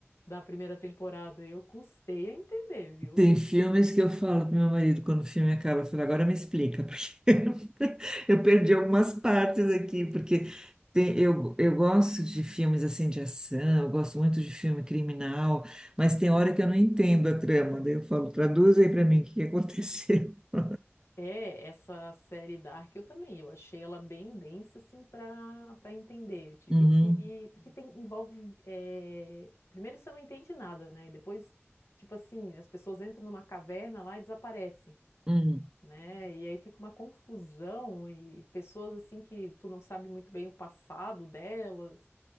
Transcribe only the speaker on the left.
da primeira temporada. Eu custei a entender, viu?
É, essa série Dark eu também, eu achei ela bem densa, assim, para para entender. Eu tive
que. Porque tem, envolve. é, Primeiro você não entende nada, né? E depois, tipo assim, as pessoas entram numa caverna lá e desaparecem,
né? E aí fica uma confusão e pessoas, assim, que tu não sabe muito bem o passado delas.